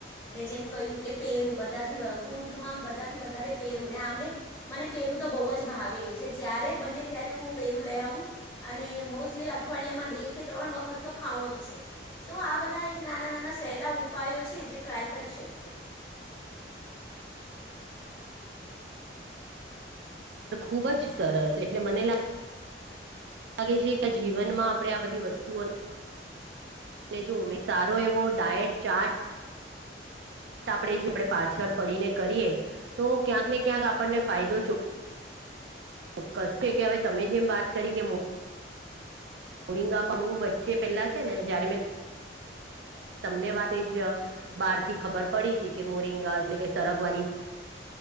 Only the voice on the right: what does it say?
<unintelligible> <inaudible> પણ ખૂબ જ સરસ એટલે મને લા લાગે છે કે આ જીવનમાં આપણે આ બધી વસ્તુઓને તને જો ઉમેદસારો એવો ડાયટ ચાર્ટ આપણે જો આપણે પાછળ પડીને કરીએ તો ક્યાંક ને ક્યાંક આપણને ફાયદો જો ચોક્કસ છે કે હવે તમે જેમ વાત કરી કે મો ઓરિંગા પાઉ વચ્ચે પેલા છે ને જયારે મે તમને વાત જ બહાર થી ખબર પડી હતી કે મોરિંગા એટલે કે સરગવાની